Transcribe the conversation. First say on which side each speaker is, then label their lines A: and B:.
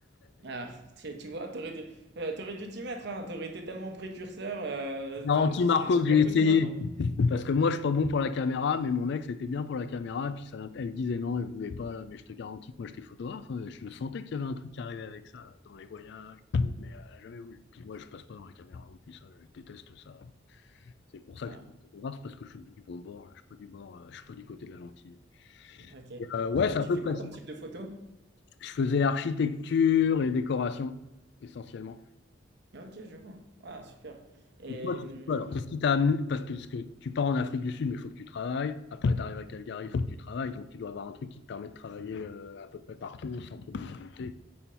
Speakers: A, on the right; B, on the left.
A: Ah, tu, tu vois, t'aurais dû, euh, t'aurais dû t'y mettre, hein. T'aurais été tellement précurseur, euh,
B: Je
A: t'es- tu
B: Marco
A: serais super
B: que j'ai essayé.
A: connu maintenant.
B: Parce que moi, je suis pas bon pour la caméra, mais mon ex était bien pour la caméra. Puis ça, l'int- elle disait non, elle voulait pas. là, Mais je te garantis que moi, j'étais photographe. hein, Je le sentais qu'il y avait un truc qui arrivait avec ça là, dans les voyages, tout, mais elle a jamais voulu. Puis moi, je passe pas dans la caméra. Puis ça, je déteste ça. C'est pour ça
A: Ah,
B: que je suis photographe, parce que je suis du bon bord. là, Je suis pas du bord. euh, Je suis pas du côté de la lentille.
A: ok.
B: Et, euh, ouais,
A: Et
B: c'est à
A: tu
B: peu
A: fais
B: près.
A: quoi
B: ça.
A: comme type de photo?
B: Je faisais architecture et décoration essentiellement.
A: Ok, je vois. Ah, super. Et,
B: Mais toi,
A: hum,
B: tu fais quoi alors? Qu'est-ce qui t'a amené? Parce que, parce que tu pars en Afrique du Sud, mais il faut que tu travailles. Après, tu arrives à Calgary, il faut que tu travailles. Donc, tu dois avoir un truc qui te permet de travailler euh, à peu près partout sans trop de difficulté.